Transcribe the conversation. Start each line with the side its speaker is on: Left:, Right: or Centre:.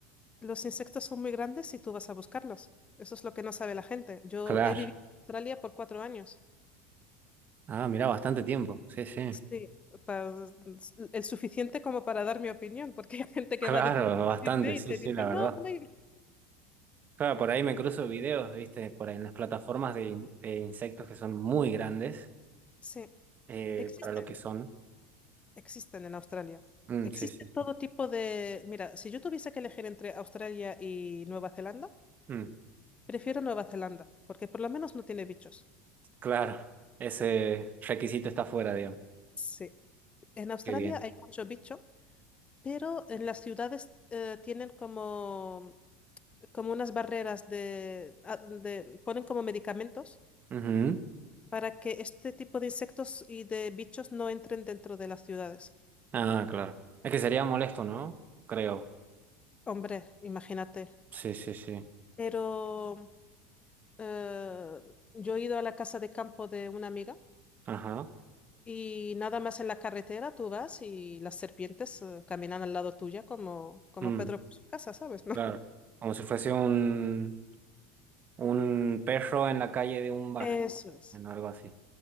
Left: Los insectos son muy grandes y tú vas a buscarlos. Eso es lo que no sabe la gente. Yo
Right: Claro.
Left: he vivido en Australia por cuatro años.
Right: Ah, mira, bastante tiempo. Sí, sí.
Left: Sí, pa- el suficiente como para dar mi opinión, porque <laughs> hay gente
Right: Claro,
Left: que va de turista
Right: bastante,
Left: a Sydney
Right: sí,
Left: y te
Right: sí,
Left: dice,
Right: la verdad.
Left: no, no hay-".
Right: Claro, por ahí me cruzo videos, viste, por ahí en las plataformas de, in- de insectos que son muy grandes
Left: Sí,
Right: eh,
Left: existen.
Right: para lo que son.
Left: Existen en Australia.
Right: Mm,
Left: Existen
Right: sí, sí.
Left: todo tipo de... Mira, si yo tuviese que elegir entre Australia y Nueva Zelanda,
Right: Mm,
Left: prefiero Nueva Zelanda, porque por lo menos no tiene bichos.
Right: claro, ese requisito está fuera, digamos.
Left: Sí. En Australia
Right: Qué bien.
Left: hay mucho bicho, pero en las ciudades eh, tienen como, como unas barreras de, a- de... ponen como medicamentos
Right: Ujú.
Left: para que este tipo de insectos y de bichos no entren dentro de las ciudades.
Right: Ah, claro. Es que sería molesto, ¿no? Creo.
Left: Hombre, imagínate.
Right: Sí, sí, sí.
Left: Pero... Eh, yo he ido a la casa de campo de una amiga
Right: Ajá.
Left: y nada más en la carretera tú vas y las serpientes eh, caminan al lado tuya como, como
Right: Mm,
Left: Pedro por su casa, ¿sabes? ¿No?
Right: claro. Como si fuese un, un perro en la calle de un barrio,
Left: <laughs> Eso es.
Right: bueno, algo así.